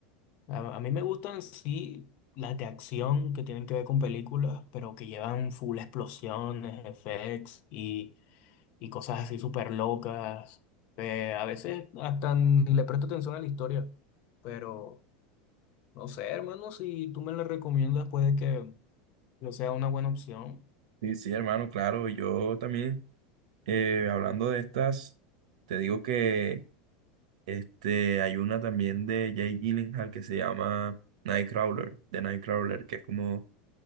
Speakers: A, on the left (about 40°); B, on the right (about 80°).
A: A, a mí me gustan, sí, las de acción que tienen que ver con películas, pero que llevan full explosiones, effects y y cosas así súper locas. Eh, a veces hasta ni le presto atención a la historia, pero no sé, hermano, si tú me la recomiendas, puede que no sea una buena opción.
B: Sí, sí, hermano, claro, yo también, eh, hablando de estas, te digo que... Este, hay una también de Jay Gyllenhaal que se llama Nightcrawler, de Nightcrawler, que es como